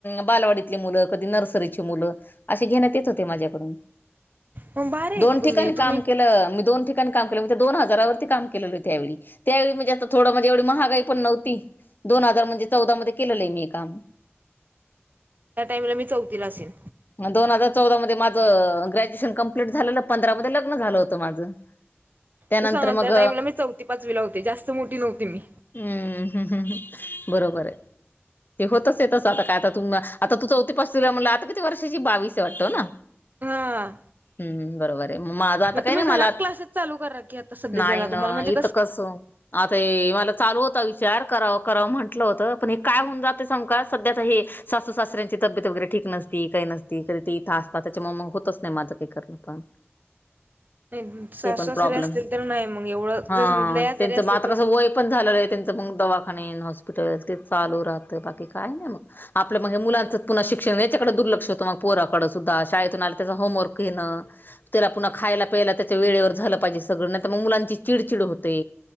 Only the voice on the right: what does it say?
मग भारी आहे
की
तुम्ही
तुम्ही
त्या टाइमला मी चौथीला असेन.
ते सांगाल
त्या टाइमला मी चौथी पाचवीला होते जास्त मोठी नव्हती मी.
हा
मग
तुम्ही
घरात
क्लासेस चालू करा की आता सध्याच्याला
तुम्हाला
म्हणजे
नाही सासू
सासरे
असतील तर नाही मग एवढं
जर समज लय आजारी
असले
तर